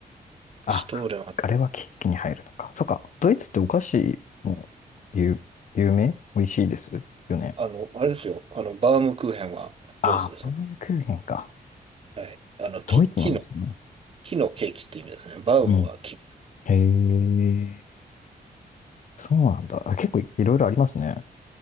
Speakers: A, on the left; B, on the right.
A: あ、
B: シュトーレンは、
A: あれはケーキに入るのか。そっか。ドイツってお菓子も有、有名美味しいですよね。
B: あの、あれですよ。あの、バウムクーヘンはドイツですね。
A: あー、バナナクーヘンか。
B: はい。あの、木、
A: ドイツなんですね。
B: 木の、木のケーキって意味ですね。バウムは木。
A: うん。へえ、そうなんだ。あ結構いろいろありますね。